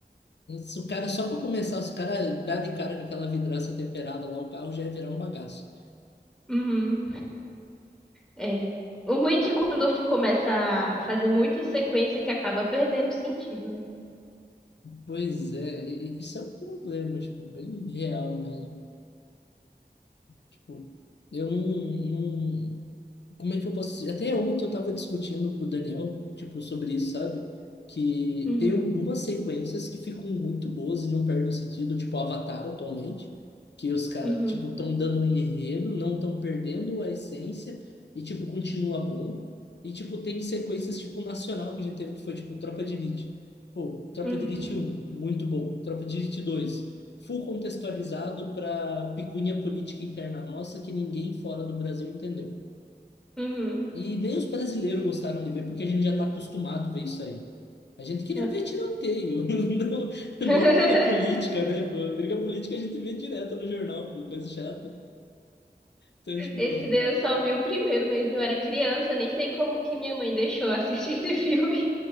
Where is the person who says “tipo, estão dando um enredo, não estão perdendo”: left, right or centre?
Left